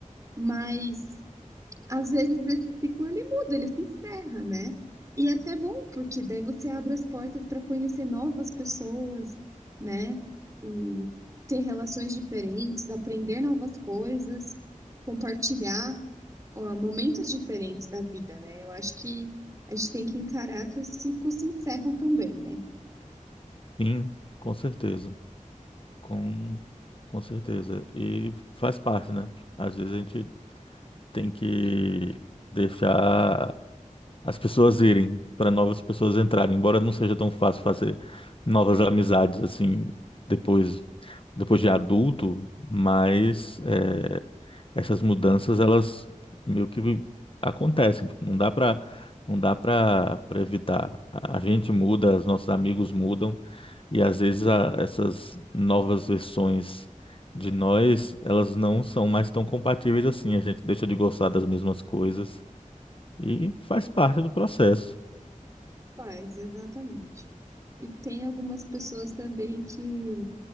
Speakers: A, on the right; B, on the left.
A: mas às vezes esse ciclo ele muda, ele se encerra, né? E é até bom, porque daí você abre as portas para conhecer novas pessoas, né? E ter relações diferentes, aprender novas coisas, compartilhar ó, momentos diferentes da vida, né? Eu acho que a gente tem que encarar que os ciclos se encerram também, né?
B: Sim, com certeza. Com, com certeza. E faz parte, né? Às vezes a gente tem que deixar as pessoas irem para novas pessoas entrarem, embora não seja tão fácil fazer novas amizades assim depois depois de adulto, mas é, essas mudanças elas meio que acontecem, tipo, não dá para não dá para evitar. A a gente muda, os nossos amigos mudam e às vezes a- essas novas versões de nós, elas não são mais tão compatíveis assim, a gente deixa de gostar das mesmas coisas e faz parte do processo.
A: Faz, exatamente. E tem algumas pessoas também que